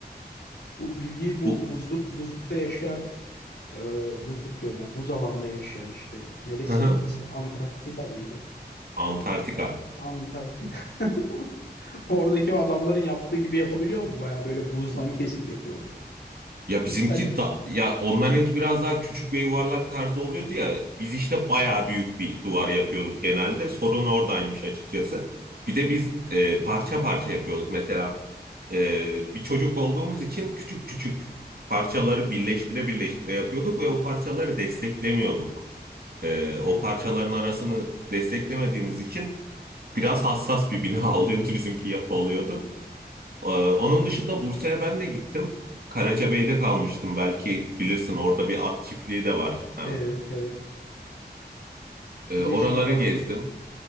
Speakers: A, on the left; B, on the right.
A: Bu bildiğim bu
B: Bu
A: buzluk buzlukta yaşayan e, buzluk diyorum ya buz alanda yaşayan işte neresiydi
B: <laughs>
A: orası? Antarktika mıydı?
B: Antarktika.
A: Antarktida. <laughs> Oradaki o adamların yaptığı gibi yapabiliyor mu? Baya böyle buzdan kesip yapıyorlar.
B: Ya
A: Yoksa
B: bizimki
A: sadece...
B: da, ya onlarınki biraz daha küçük ve yuvarlak tarzı oluyordu ya. Biz işte bayağı büyük bir duvar yapıyorduk genelde. Sorun oradaymış açıkçası. Bir de biz e, parça parça yapıyorduk. Mesela e, bir çocuk olduğumuz için küçük küçük parçaları birleştire birleştire yapıyorduk ve o parçaları desteklemiyorduk. E, o
A: Ha,
B: parçaların arasını desteklemediğimiz için biraz hassas bir bina <laughs> oluyordu bizimki yapı oluyordu. Ee, onun dışında Bursa'ya ben de gittim. Karacabey'de kalmıştım belki bilirsin orada bir at çiftliği de var hem.
A: evet evet.
B: Ee,
A: Bir
B: oraları
A: de şey vardı.
B: gezdim.